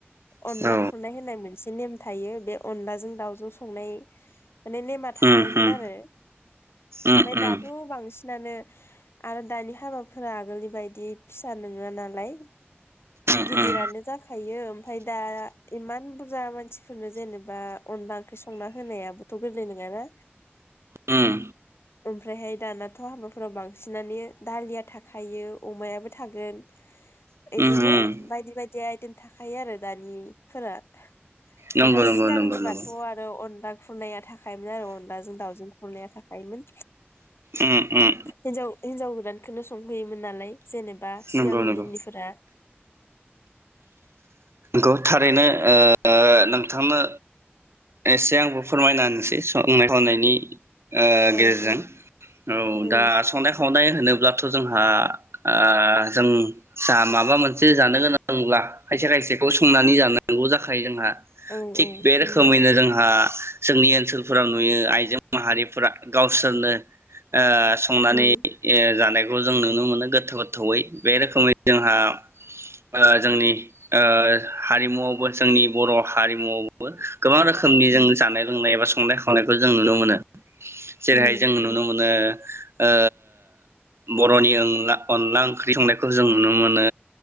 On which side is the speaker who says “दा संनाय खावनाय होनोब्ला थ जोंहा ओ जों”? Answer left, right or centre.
Right